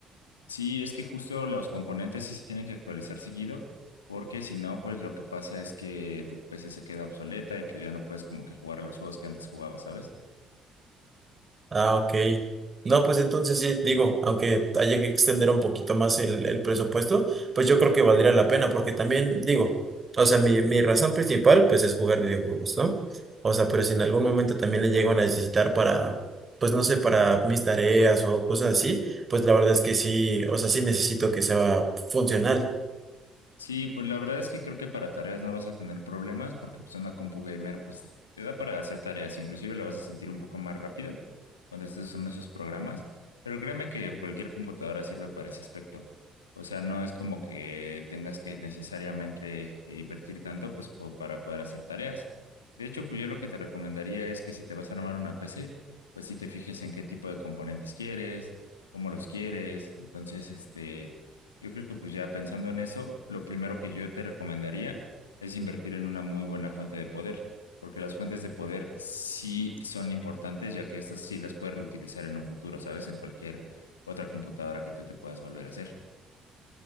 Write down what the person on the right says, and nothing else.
Ah, ok. No, pues entonces sí, digo, aunque haya que extender un poquito más el, el presupuesto, pues yo creo que valdría la pena, porque también digo, o sea, mi, mi razón principal, pues es jugar videojuegos, ¿no? O sea, pero si en algún momento también le llego a necesitar para, pues no sé, para mis tareas o cosas así, pues la verdad es que sí, o sea, sí necesito que sea funcional.